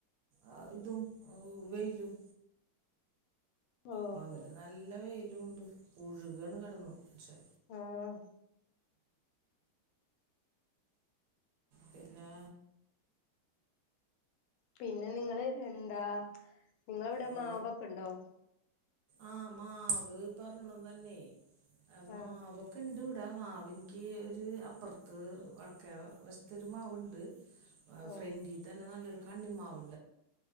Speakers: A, on the right (about 80°); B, on the left (about 85°).
A: അ ഇതും വെയിലും.
B: ഓ
A: പകല് നല്ല വെ ണ്ട് പുഴുകാണ് കിടന്നു പക്ഷേ
B: ആഹ്
A: പിന്നെ
B: പിന്നെ നിങ്ങള് ന്താ നിങ്ങളവിടെ
A: ഓ
B: മാവൊക്കെ ഇണ്ടോ?
A: ആ മാവ് പറിണതന്നെ അ മാവൊക്കെണ്ട്
B: ആഹ്
A: വീ എടെ മാവിൻക്ക് ഒരു അപ്പറത്ത് വടക്കേ വശത്തൊരു മാവുണ്ട്
B: ഓ
A: ഫ്രൻണ്ടി തന്നെ നല്ലൊരു കണ്ണിമാവ്.